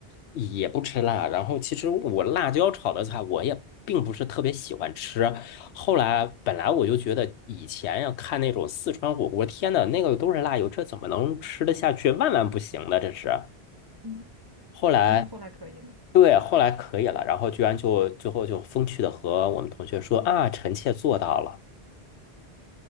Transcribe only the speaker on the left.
也不吃辣，然后其实我辣椒炒的菜我也并不是特别喜欢吃。后来本来我就觉得以前呀看那种四川火锅，天呐，那个都是辣油，这怎么能吃得下去？万万不行的，这是。
后来。
对，后来可以了，然后居然就最后就风趣的和我们同学说啊，臣妾做到了